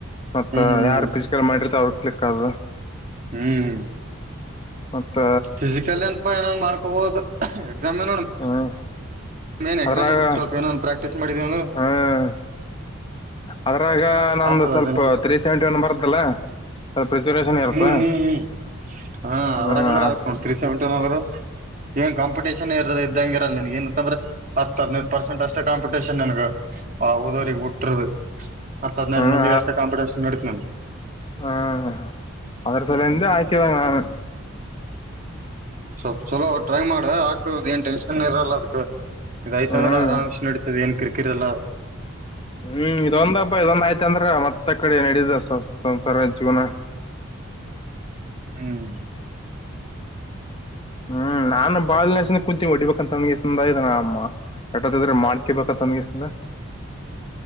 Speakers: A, on the left (about 25°); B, on the right (about 40°).
A: ಮತ್ತ
B: ಹ್ಮ್
A: ಯಾರ್ು ಫಿಸಿಕಲ್ ಮಾಡಿರ್ತ ಅವ್ರ ಕ್ಲಿಕ್ ಅದ
B: ಹ್ಮ್್ಮ
A: ಮತ್ತ
B: ಫಿಸಿಕಲ್ ಅನಪ ಏನ ಮಾಡ್ ಅಪ್ಪಬದು ಎಗ್ಾಮ ನೋ
A: ಹ್ಮ್
B: ಏನ್ ಎಕ್ಸಾಮ್
A: ಅದ್ರಾಗ
B: ಸ್ವಲ್ಪ ಏನ ಪ್ರಾಕ್ಟೀಸ್ ಮಾಡಿದೀವ ಅಂದರು
A: ಹ್ಮ್ ಅದ್ರಾಗ ನಮ್ದು
B: ಆಗ್ತದ
A: ಸ್ವಲ್ಪ
B: ಅದನ್ ಹ್ಮ
A: ತ್ರೀ ಸೆವೆಂಟಿ ಒನ್ ಬರ್ತಲ್ಲ ಸ್ವಲ್ಪ ರಿಸರ್ವೇಶನ್ ಇರುತ್ತ
B: ಹ್ಮ್ ಹ್ಮ್ ಹ ಅದ್ರಂದ್ರ
A: ಹ್ಮ್
B: ಆ ನೋ ಸಟ ಎನ್ ಕಾಂಪಿಟೇಷನ್ ಇದ್ದಂಗಿರಲ್ಲನ್ ಏನಂದ್ರೆ ಹದಿನೈದು ಪರ್ಸೆಂಟ್ ಅಷ್ಟೇ ಕಾಂಪಿಟೇಷನ್ ನನ್ಗೆ ಹಾ ಹದೋ್ರಿಗೆ ಬಿಟ್ರುರು ಹತ್ ಹದ್ನೈದು
A: ಹ್ಮ
B: ಮಂದಿಗೆ ಅಷ್ಟೇ ಕಾಂಪಿಟೇಷನ್ ನಡೀತ್
A: ಹ್ಮ ಅದರ ಸಲಂತ
B: ಹ್ಮ್
A: ಆಯಕತ ನಾನು
B: ಸ್ವಲ್ಪ ಚಲೋ ಟ್ರೈ ಮಾಡ ಆಗ್ತದ ಏನ್ ಟೆನ್ಷನ್ ಇರಲ್ಲ ಅದಕ್ಕೆ ಇದಯ್ತ
A: ಹ್ಮ್
B: ಅಂದ್ರ ಆರಾಮ್ ನಡತದ ಏನ್್ರಿಕೆ ಕಿರಲ
A: ಹ್ಮ್ ಇದೊಂದಪ್ಪ ಇದೊಂದ್ ಆಯ್ತ ಅಂದ್ರ ಮತ್ತ ಕಡೆ ನಡಿದ ಸಂಸಾರ ಜೀವನ
B: ಹ್ಮ್
A: ಹ್ಮ್ ನಾನು ಬಾಳಸ ಕುಂತಂಗ ಹೊಡಿಬೇಕಂತ ಅನ್ಗಸಂದ ಇದಟ್ರ ಮಾಡ್ಕಿಬೇಕಂತ ಅಂದಗಸಂದ